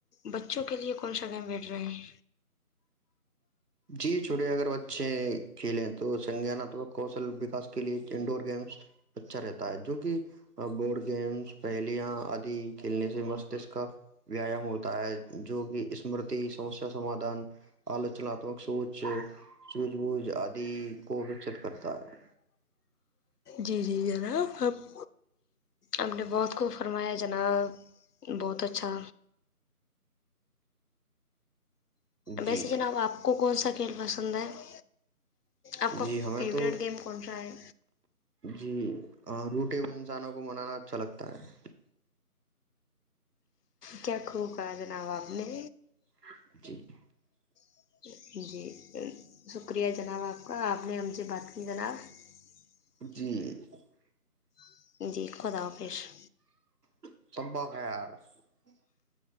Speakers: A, on the left (about 80°); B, on the right (about 85°).
A: بچوں کے لیے کون سا گائم بیٹھ رہے ہے
B: جی چ اگر بچے کھیلیں تو سنگانمک کوشل وکاس کے لیے انڈور گیمس اچھا رہتا ہے جو کہ بورڈ گیمس پہلیاں آد کھیلنے سے مستشک کا ویایام ہوتا ہے جو کہ اسمرتی سمسیا سمادھان آلوچنا سچ سج بج آد کو وکست کرتا ہے
A: جی جی ی خب خب <inaudible> ہم نے بہت کو فرمایا جناب بہت اچھا ویسے
B: جی
A: جناب
B: جی
A: آپ کو کون سا <unintelligible> کھیل پسند ہے <unintelligible> آپ کا
B: جی ہمیں
A: فیوریٹ
B: تو
A: گیم کون سا ہے
B: جی روٹ <unintelligible> انسانوں کو منانا اچھا لگتا ہے
A: کیاکھوں کہا جناب آپ نے
B: <inaudible>
A: <unintelligible> <unintelligible>
B: <unintelligible>
A: <unintelligible>
B: <unintelligible>